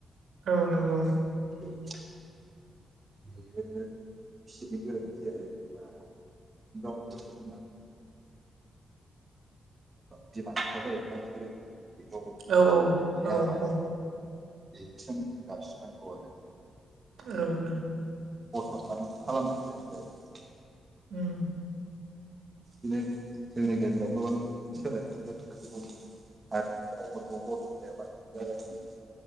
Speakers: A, on the right (about 80°); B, on the right (about 25°).
A: औ नंगौ
B: <unintelligible> <unintelligible> बेनो बिसिनि गोरोन्थि आरो जेनेबा गथ'स <unintelligible> ओ बिमा बिफा जाहैबाय ना बिसोरो बेखौ
A: औ
B: आइ
A: औ
B: आफा बिदि
A: औ
B: सोमोन्दो गाबज्रि नांगौ आरो।
A: औ नों
B: असनमान खालामनाय जायो आरो।
A: उम।
B: बिदिनो जोंनि गेजेराव गोबां सोलायनाय फैबाय गुबुन हारिनि रावफोरखौ बाया <unintelligible> बसि <unintelligible>